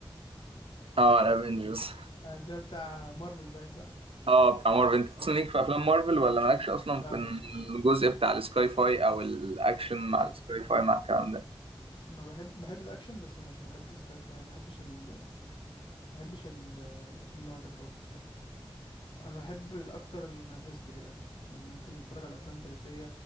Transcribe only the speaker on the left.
آه، ده بتاع مارفل باين صح
لا
لا مش
مش-
لا
ما بحب بحب الاكشن بس مش بحب سكاي فاي ما بحبش ال... ما بحبش ال... النوع ده خالص لا انا بحب الاكتر ان هيستوري اكتر يعني ممكن اتفرج على افلام تاريخية